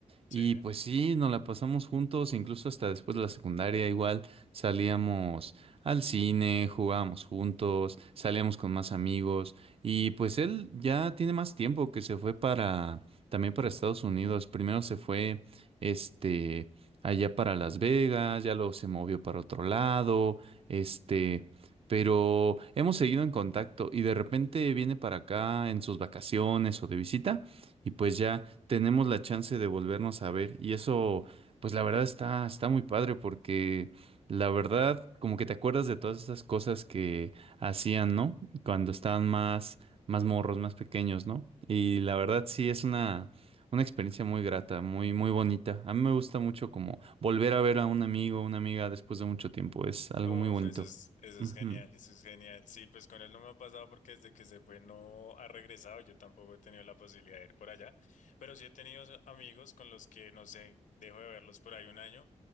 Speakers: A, on the right; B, on the left.
A: Y
B: Sí.
A: pues sí, nos la pasamos juntos, incluso hasta después de la secundaria igual salíamos al cine, jugábamos juntos, salíamos con más amigos y pues él ya tiene más tiempo que se fue para también para Estados Unidos. Primero se fue este allá para Las Vegas, ya luego se movió para otro lado, este, pero hemos seguido en contacto y de repente viene para acá en sus vacaciones o de visita y pues ya tenemos la chance de volvernos a ver. Y eso, pues la verdad está, está muy padre porque la verdad, como que te acuerdas de todas esas cosas que hacían, ¿no? Cuando estaban más, más morros, más pequeños, ¿no? Y la verdad sí es una, una experiencia muy grata, muy, muy bonita. A mí me gusta mucho como volver a ver a un amigo, una amiga después de mucho tiempo. Es algo
B: Uf,
A: muy bonito.
B: eso es, eso
A: Ujú.
B: es genial, eso es genial. Sí, pues con él no me ha pasado porque desde que se fue no ha regresado. Yo tampoco he tenido la posibilidad de ir por allá, pero sí he tenido so, amigos con los que, no sé, dejo de verlos por ahí un año